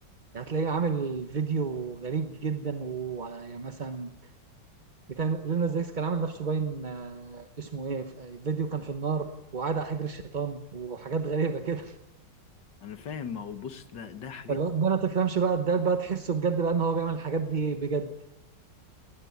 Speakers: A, on the right; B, on the left.
A: يعني هتلاقيه عامل فيديو غريب جدا ويعني مثلا بتاع لنا زيكس كان عامل نفسه باين آه، اسمه إيه ف- آه، فيديو كان في النار وقعد على حجر الشيطان وحاجات غريبة كده <laughs>
B: انا فاهم ما هو بص ده ده حاجات
A: فالواد ده ما تفهمش بقى ده بقى تحسه بجد بقى إن هو بيعمل الحاجات دي بجد